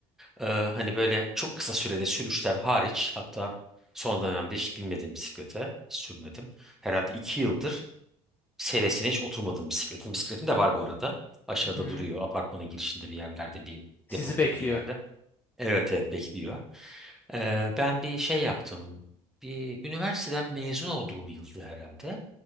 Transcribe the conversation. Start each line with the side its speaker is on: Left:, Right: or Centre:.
Centre: Ee, hani böyle çok kısa sürede sürüşler hariç hatta son dönemde hiç binmedim bisiklete. Hiç sürmedim. Herhalde iki yıldır seresine hiç oturmadım bisikletin. Bisikletim de var bu arada. Aşağıda
Left: Hı hı.
Centre: duruyor. Apartmanın girişinde bir yerlerde bir
Left: Sizi
Centre: depo gibi
Left: bekliyor.
Centre: bir yerde. Evet evet bekliyor. Ee, ben bir şey yaptım. Bir üniversiteden mezun olduğum yıldı herhalde.